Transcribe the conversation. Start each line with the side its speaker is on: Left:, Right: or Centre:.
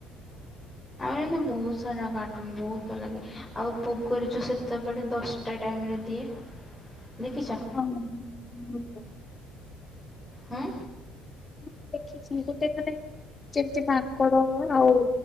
Centre: ମାନେ ବହୁତ ସାରା କାର୍ଟୁନ ବହୁତ ଭଲ ଲାଗେ ଆଉ <unintelligible> ସେତେବେଳେ ଦଶ ଏଟା ଟାଇମ୍ରେ ଦିଏ ଦେଖିଚ।
Left: ହଁ ହଁ।
Centre: ହୁଁ
Left: ଁ ଦେଖିଛି ଗୋଟେ ମାନେ ଯେମିତି ମାଙ୍କଡ଼ ଆଉ